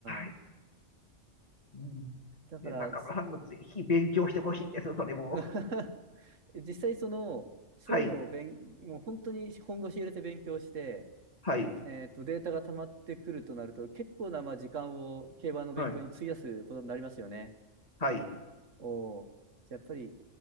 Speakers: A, on the right; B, on the left.
A: ん。
B: い。うん。
A: だから、
B: で、中村さんにもぜひ勉強してほしいです、
A: す
B: それも。
A: <laughs> 実際その、そういうのを勉、
B: はい。
A: もう本当に本腰入れて勉強して、
B: はい。
A: えーと、データが溜まってくるとなると、結構なまあ時間を競馬の勉強に費やすことになりますよね。
B: はい。はい。
A: おーじゃあやっぱり、